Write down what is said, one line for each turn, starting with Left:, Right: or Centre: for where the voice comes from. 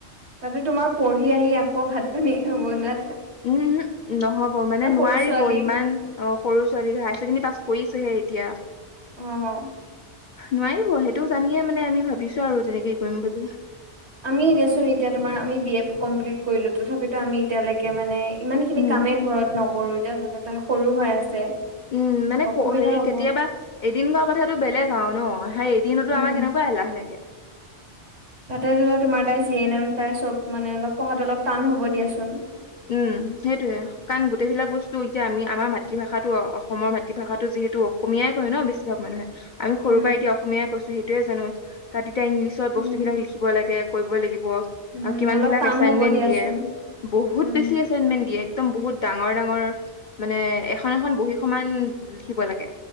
Right: তাতে তোমাৰ পঢ়ি আহি আকৌ ভাত-পানী বনাত।
Left: উম উম নহব মানে নোৱাৰিব
Right: সৰু ছোৱালী
Left: ইমান অ সৰু ছোৱালী হায়াৰ ছেকেণ্ডাৰী পাছ কৰিছেহে। এতিয়া
Right: উম।
Left: নোৱাৰিব সেইটো জানিয়ে মানে আমি ভাবিছো আৰু তেনেকে কৰিম বুলি।
Right: আমিয়ে দিয়াচোন এতিয়া তোমাৰ আমি বি এ কমপ্লিট কৰিলো তথাপিটো আমি এতিয়ালৈকে ইমান খিনি
Left: উম
Right: কামেই ঘৰত নকৰোঁ এতিয়া যটা সৰু হৈ আছে।
Left: উম মানে
Right: অসুবিধা
Left: ক হেৰি
Right: হ'ব
Left: কেতিয়াবা এদিন গোৱাৰ কথাটো বেলেগ আৰু ন সেই এদিনতো
Right: উম।
Left: আমাৰ কেনেকুৱা? লাহেকে?
Right: তাতে ধৰি লওঁ তোমাৰ তাই জি এন এম তাই চব মানে অলপ পঢ়াটো অলপ টান হ'ব দিয়াচোন।
Left: উম, সেইটোৱে কাৰণ গোটেইবিলাক বস্তু এতিয়া আমি আমাৰ মাতৃভাষাটো অসমৰ মাতৃভাষাটো যে যিহেতু অসমীয়াই কয় ন' বেছিভাগ মানুহে। আমি সৰুৰ
Right: উম,
Left: পৰা এতিয়া অসমীয়াই কৈছো সেইটোৱে জানো তাত এতিয়া ইংলিছত
Right: উম।
Left: বস্তুবিলাক লিখিব লাগে। কৰিবই লাগিব আৰু
Right: উম,
Left: কিমানবিলাক
Right: অলপ টান
Left: এচাইনমেন্ট
Right: হ'ব দিয়াচোন
Left: দিয়ে বহুত
Right: উম।
Left: বেছি এচাইনমেন্ট দিয়ে একদম বহুত ডাঙৰ ডাঙৰ মানে এখন এখন বহী সমান লিখিব লাগে